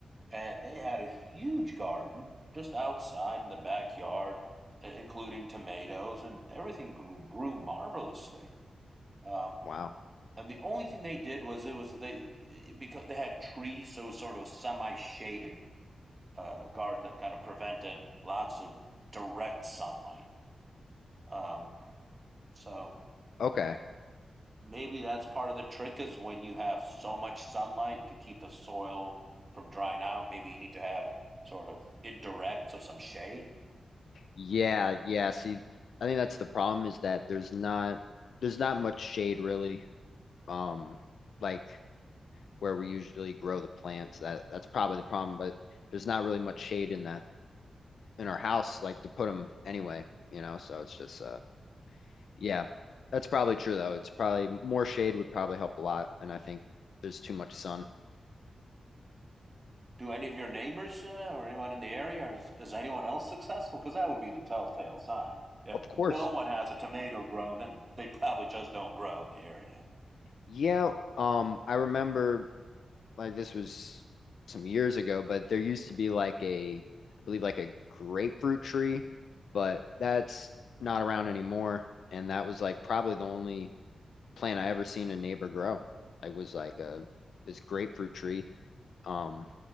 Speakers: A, on the right; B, on the left.
A: And they had a huge garden just outside in the backyard, i- including tomatoes, and everything grew, grew marvelously. Um,
B: wow
A: and the only thing they did was it was they it- because they had trees, so it was sort of a semi-shaded uh, garden that kind of prevented lots of direct sunlight. Um, so
B: okay
A: maybe that's part of the trick is when you have so much sunlight to keep the soil from drying out. Maybe you need to have sort of indirect, so some shade.
B: yeah yeah see i think that's the problem is that there's not there's not much shade really um like where we usually grow the plants that that's probably the problem but there's not really much shade in the in our house like to put them anyway you know so it's just uh yeah that's probably true though it's probably more shade would probably help a lot and i think there's too much sun
A: Do any of your neighbors uh, or anyone in the area, is, is anyone else successful? Because that would be the telltale sign. If
B: Of course.
A: no one has a tomato grown, then they probably just don't grow in the area.
B: Yeah, um, I remember like this was some years ago, but there used to be like a, I believe like a grapefruit tree, but that's not around anymore. And that was like probably the only plant I ever seen a neighbor grow. Like was like a this grapefruit tree. Um,